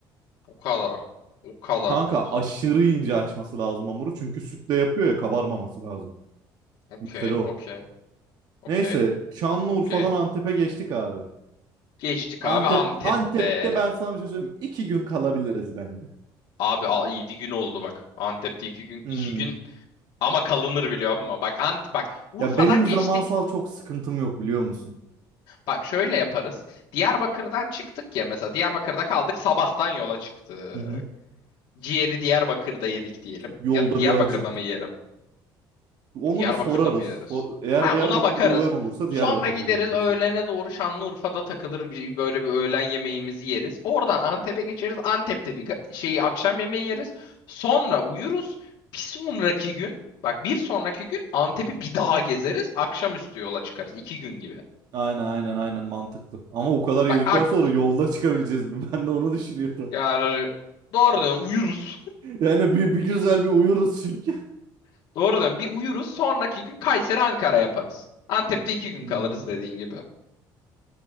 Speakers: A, on the left (about 65°); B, on the right (about 50°).
A: O kadar. O kadar
B: Kanka
A: diyorsun.
B: aşırı ince açması lazım hamuru. Çünkü sütle yapıyor ya kabarmaması lazım.
A: Okey,
B: Mesela o.
A: okey, okey,
B: Neyse Şanlıurfa'dan
A: okey.
B: Antep'e geçtik abi.
A: Geçtik
B: Antep
A: abi Antep'te.
B: Antep'te ben sana bir şey söyleyeyim. mi? İki gün kalabiliriz bence.
A: Abi a, 7 gün oldu bak. Antep'te 2 gün
B: Hmm.
A: 2 gün ama kalınır biliyor musun? Bak Ant bak Urfa'dan
B: Ya benim
A: geçtik.
B: zamansal çok sıkıntım yok biliyor musun?
A: Bak şöyle yaparız. Diyarbakır'dan çıktık ya mesela. Diyarbakır'da kaldık, sabahtan yola çıktık.
B: Hı hı.
A: Ciğeri Diyarbakır'da yedik diyelim.
B: Yolda
A: Ya da Diyarbakır'da
B: bir acıktık.
A: mı yiyelim?
B: Onu
A: Diyarbakır'da
B: bir sorarız.
A: mı yeriz?
B: So- Eğer
A: Ha,
B: Diyarbakır'da
A: ona bakarız.
B: öven olursa Diyarbakır'da
A: Sonra gideriz
B: gömeriz
A: öğlene
B: geçeriz.
A: doğru Şanlıurfa'da takılır bir- böyle bir öğlen yemeğimizi yeriz. Oradan Antep'e geçeriz. Antep'te bir ga- şeyi akşam yemeği yeriz. Sonra uyuruz. Bir sonraki gün bak bir sonraki gün Antep'i bir daha gezeriz. Akşamüstü yola çıkarız. iki gün gibi.
B: Aynen aynen aynen mantıklı. Ama o kadar yedikten
A: Bak ak-
B: sonra yolda çıkabileceğiz mi? <laughs> Ben de onu düşünüyorum.
A: Yani doğru diyorsun uyuruz.
B: Yani bir, bir güzel bir uyuruz çünkü.
A: <laughs> Doğru diyorsun bir uyuruz sonraki gün Kayseri Ankara yaparız. Antep'te iki gün
B: Hmm.
A: kalırız dediğin gibi.